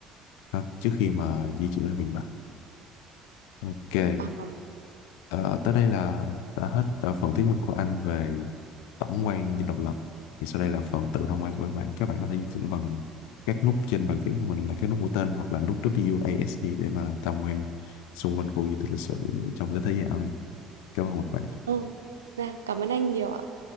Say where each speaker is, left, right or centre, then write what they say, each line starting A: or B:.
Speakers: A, on the left; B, on the right.
A: ha, trước khi mà di chuyển ra miền Bắc. Ok,
B: À,
A: ờ, tới đây là đã hết ờ, phần thuyết minh của anh về tổng quan dinh độc lập thì sau đây là phần tự tham quan của các bạn các bạn có thể di chuyển bằng các nút trên bàn phím của mình là cái nút mũi tên hoặc là nút WASD để mà tham quan xung quanh khu di tích lịch sử trong cái thế giới ảo này cảm ơn các bạn
B: ừ. Dạ, cảm ơn anh nhiều ạ.